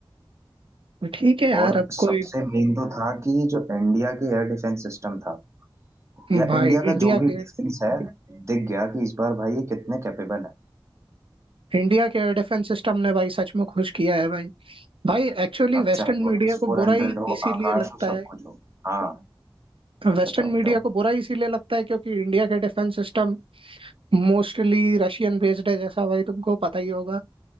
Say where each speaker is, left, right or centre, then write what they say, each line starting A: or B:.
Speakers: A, on the right (about 80°); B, on the right (about 30°).
A: ठीक है यार
B: और
A: अब
B: सबसे
A: कोई
B: मेन तो था कि जो इंडिया के एयर डिफेंस सिस्टम था या
A: भाई
B: इंडिया का
A: इंडिया
B: जो भी
A: के
B: डिफेंस है दिख गया कि इस बार भाई ये कितने कैपेबल है
A: इंडिया के एयर डिफेंस सिस्टम ने भाई सच में खुश किया है भाई भाई एक्चुअली
B: अब
A: वेस्टर्न
B: चाहे वो
A: मीडिया
B: एस
A: को
B: फोर
A: बुरा
B: हंड्रेड
A: ही
B: हो
A: इसीलिए
B: आकाश
A: लगता
B: हो सब
A: है
B: कुछ हो हाँ
A: वेस्टर्न
B: बताओ
A: मीडिया
B: बताओ
A: को बुरा इसीलिए लगता है क्योंकि इंडिया के defence system mostly Russian based है जैसा भाई तुमको पता ही होगा